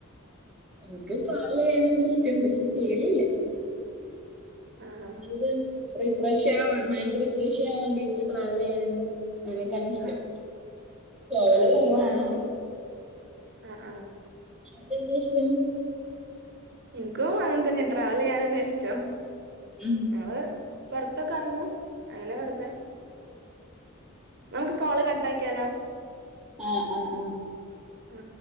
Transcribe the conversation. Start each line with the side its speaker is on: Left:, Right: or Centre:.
Centre: ഇനിക്ക് ട്രാവൽ ചെയ്യാനാണന്നെഷ്ടം പക്ഷെ ചെയ്യലില്ല.
Right: ആഹ്
Centre: അതന്ന് റിഫ്രഷ്യാവാൻ മൈൻഡ് റിഫ്രഷവാൻ വേണ്ടീട്ട് ട്രാവലിയ്യാന്. എനിക്കാണ് ഇഷ്ടം
Right: ആഹ്
Centre: പോവല്
Right: ആഹ്
Centre: കൊറവാണ്.
Right: ആഹ് ആഹ്.
Centre: അൻക്കെന്ത ഇഷ്ടം.
Right: ഇനിക്കും അങ്ങനത്തന്നെ ട്രാവലിയ്യാനന്നെ ഇഷ്ടം.
Centre: ഉം.
Right: ങ്ങള് പൊറത്തൊക്കെ അറങ്ങും അങ്ങനെ വെറുത. നമുക്ക് കോള് കട്ടാക്കിയാലോ
Centre: ആഹ് ആഹ് ആഹ്
Right: ആ